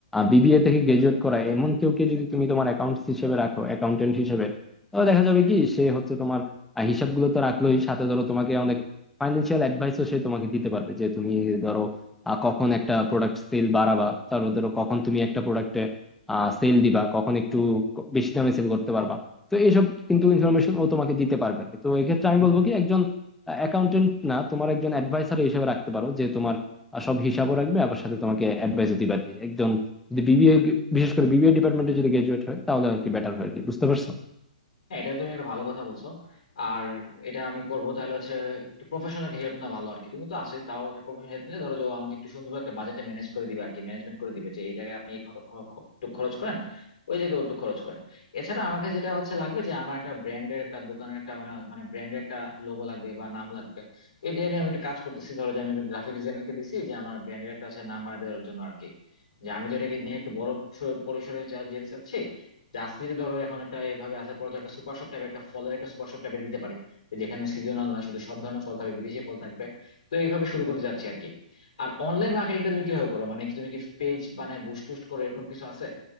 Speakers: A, in the centre; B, on the left (about 60°).
A: বিবিএ থেকে গ্রাজুয়েট করা এমন কেউকে যদি তুমি তোমার অ্যাকাউন্টস হিসেবে রাখো অ্যাকাউন্টেন্ট হিসেবে তাহলে দেখা যাবে কি সে হচ্ছে তোমার আহ, হিসাবগুলো তো রাখলোই সাথে ধরো তোমাকে অনেক ফাইন্যান্সিয়াল অ্যাডভাইসও সে তোমাকে দিতে পারবে যে তুমি ধরো আহ, কখন একটা প্রোডাক্ট সেল বাড়াবা তারপর ধরো কখন তুমি একটা প্রোডাক্টে সেল দিবা কখন একটু বেশি দামে সেল করতে পারবা তো এইসব কিন্তু ইনফরমেশন ও তোমাকে দিতে পারবে আর কি। তো এক্ষেত্রে আমি বলবো কি একজন অ্যাকাউন্টেন্ট না তোমার একজন অ্যাডভাইসার হিসেবে রাখতে পারো যে তোমার আহ, সব হিসাবও রাখবে আবার সাথে তোমাকে অ্যাডভাইসও দিবে আর কি একজন যদি বিবিএ বিশেষ করে বিবিএ ডিপার্টমেন্টে যদি গ্রাজুয়েট হয় তাহলে আর কি বেটার হয় আর কি বুঝতে পারছো
B: হ্যাঁ এটা তুমি একটা ভালো কথা বলছো আর এটা আমি করব তাহলে হচ্ছে একটু প্রফেশনাল হেল্প না ভালো আর কি তুমি তো আসোই তাও একটা প্রফেশনাল হেল্প নিলে ধরো যে ও আমাকে একটু সুন্দরভাবে একটা বাজেটটা ম্যানেজ করে দিবে আর কি ম্যানেজমেন্ট করে দিবে যে এই জায়গায় আপনি এই কত খ- খ- একটু খরচ করেন ওই জায়গায় ওটু খরচ করেন এছাড়া আমাকে যেটা হচ্ছে লাগবে যে আমার একটা ব্র্যান্ডের একটা দোকানের একটা মানে মানে ব্র্যান্ডের একটা লোগো লাগবে বা নাম লাগবে এটা নিয়ে আমি একটু কাজ করতেছি ধরো যে আমি একটু গ্রাফিক ডিজাইনারকে দিছি যে আমার ব্র্যান্ডের একটা আছে নাম বানিয়ে দেওয়ার জন্য আর কি যে আমি তো এটাকে নিয়ে একটু বড় স- পরিসরে যা যেতে চাচ্ছি জার্সিতে ধরো এখন একটা এভাবে আসার পর তো একটা সুপার শপ টাইপের একটা ফলের একটা সুপার শপ টাইপের দিতে পারি যে যেখানে সিজনাল না শুধু সব ধরনের ফল থাকবে বিদেশি ফল থাকবে তো এইভাবে শুরু করতে যাচ্ছি আর কি আর অনলাইন মার্কেটিংটা তুমি কিভাবে করো মানে কি তুমি কি পেজ বানায় বুস্ট টুস্ট করো এরকম কিছু আছে